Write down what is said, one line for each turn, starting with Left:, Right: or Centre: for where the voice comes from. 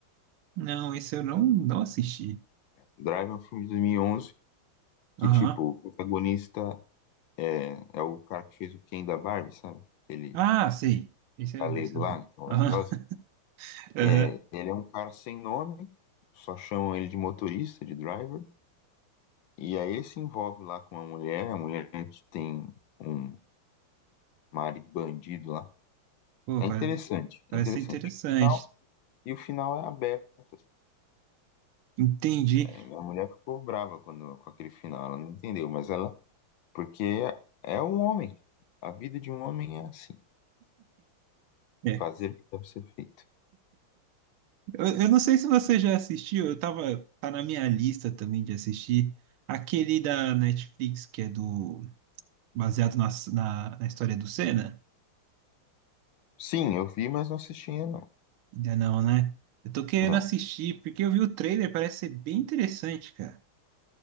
Right: Não, esse eu não, não assisti.
Left: Drive é um filme de 2011
Right: Aham.
Left: que, tipo, o protagonista é, é o cara que fez o Ken da Barbie, sabe? Aquele
Right: Ah, sei. Esse
Left: galego
Right: eu, esse eu
Left: lá,
Right: sei.
Left: então,
Right: Aham.
Left: Ryan Gosling.
Right: <laughs> Aham.
Left: É, ele é um cara sem nome, só chamam ele de motorista, de driver. E aí ele se envolve lá com uma mulher, a mulher tem um marido bandido lá.
Right: Pô,
Left: É
Right: parece,
Left: interessante,
Right: parece
Left: é interessante.
Right: ser interessante.
Left: Final, e o final é aberto. assim.
Right: Entendi.
Left: É, minha mulher ficou brava quando, com aquele final, ela não entendeu, mas ela, porque é um homem. A vida de um homem é assim.
Right: É.
Left: Fazer o que deve ser feito.
Right: Eu, eu não sei se você já assistiu, eu tava, tá na minha lista também de assistir. Aquele da Netflix que é do, baseado na, na, na história do Senna.
Left: Sim, eu vi, mas não assisti ainda não.
Right: Ainda não, né? Eu tô querendo
Left: Não.
Right: assistir, porque eu vi o trailer, parece ser bem interessante, cara.